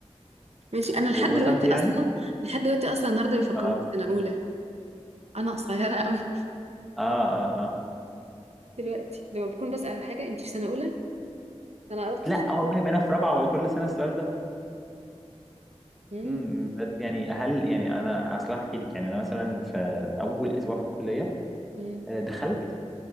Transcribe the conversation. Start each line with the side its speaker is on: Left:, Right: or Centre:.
Right: ماشي انا
Centre: و-
Right: لحد دلوقتي
Centre: وصلتي
Right: اصلا
Centre: يعني؟
Right: لحد دلوقتي اصلا النهارده بيفكروني
Centre: اه
Right: في سنه اولى انا قصيره قوي
Centre: اه اه اه
Right: دلوقتي لما بكون بسال على حاجه انت في سنه اولى انا قربت
Centre: لا
Right: اتخرج
Centre: والله بقينا في رابعة وكل سنة السؤال ده
Right: امم
Centre: امم بس يعني هل يعني انا اصل احكي لك يعني انا مثلا في اول اسبوع في الكليه
Right: امم
Centre: آه، دخلت